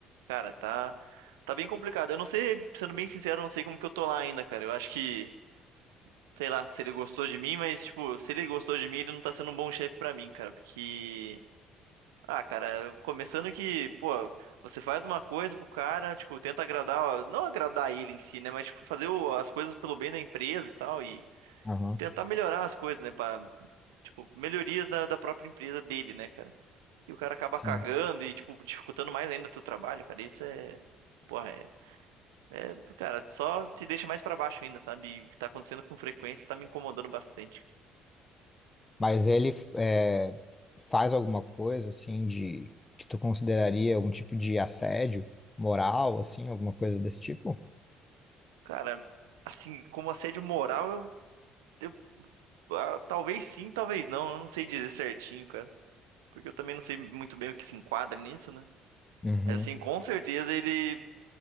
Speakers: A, on the right; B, on the left.
A: cara, tá, tá bem complicado. Eu não sei, sendo bem sincero, eu não sei como que eu tô lá ainda, cara. Eu acho que, sei lá, se ele gostou de mim, mas, tipo, se ele gostou de mim, ele não tá sendo um bom chefe pra mim, cara, porque. Ah, cara, começando que, pô, você faz uma coisa pro cara, tipo, tenta agradar, ó, não agradar ele em si, né, mas, tipo, fazer o- as coisas pelo bem da empresa e tal, e,
B: Aham,
A: e tentar melhorar as coisas, né, pra, tipo, melhorias da, da própria empresa dele, né, cara. E o cara acaba
B: sim.
A: cagando e, tipo, dificultando mais ainda o teu trabalho, cara, isso é, porra, é, é, cara, só te deixa mais pra baixo ainda, sabe, e tá acontecendo com frequência, e tá me incomodando bastante.
B: Mas ele é, faz alguma coisa, assim, de que tu consideraria algum tipo de assédio moral, assim, alguma coisa desse tipo?
A: Cara, assim, como assédio moral, eu. ah, talvez sim, talvez não. Eu não sei dizer certinho, cara. Porque eu também não sei muito bem o que se enquadra nisso, né?
B: Uhum.
A: Mas assim, com certeza ele.